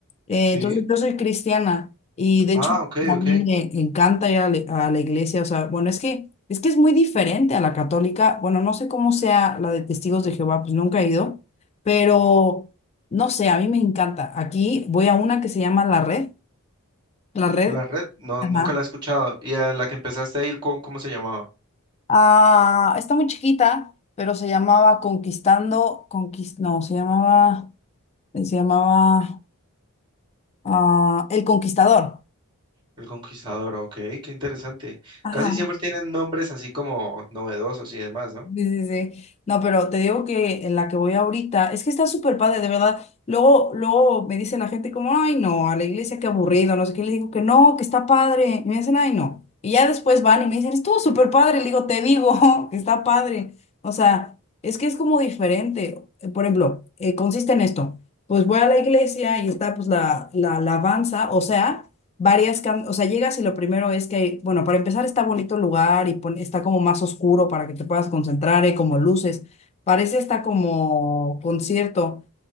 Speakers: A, on the left; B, on the right.
A: Eh,
B: Sí.
A: entonces yo soy cristiana y de
B: Ah,
A: hecho
B: ok,
A: a
B: ok.
A: mí me encanta ir a, la a la iglesia, o sea, bueno, es que, es que es muy diferente a la católica, bueno, no sé cómo sea la de Testigos de Jehová, pues nunca he ido, pero no sé, a mí me encanta. Aquí voy a una que se llama La Red, La Red,
B: La red, no,
A: ajá,
B: nunca la he escuchado. Y a la que empezaste a ir, ¿cómo, cómo se llamaba?
A: Ah, está muy chiquita, pero se llamaba Conquistando, Conquist, no, se llamaba, se llamaba ah, El Conquistador.
B: El Conquistador, ok, qué interesante.
A: Ajá.
B: Casi siempre tienen nombres así como novedosos y demás, ¿no?
A: Sí, sí, sí. No, pero te digo que en la que voy ahorita es que está súper padre, de verdad. Luego, luego me dice la gente como, ay, no, a la iglesia qué aburrido, no sé qué. Le digo que no, que está padre. Y me dicen, ay, no. Y ya después van y me dicen, estuvo súper padre. Le digo, te digo <laughs> que está padre. O sea, es que es como diferente. Por ejemplo, eh, consiste en esto. Pues voy a la iglesia y está pues la, la alabanza, o sea varias, cam- o sea, llegas y lo primero es que, bueno, para empezar está bonito el lugar y pon- está como más oscuro para que te puedas concentrar, y como luces. Parece está como concierto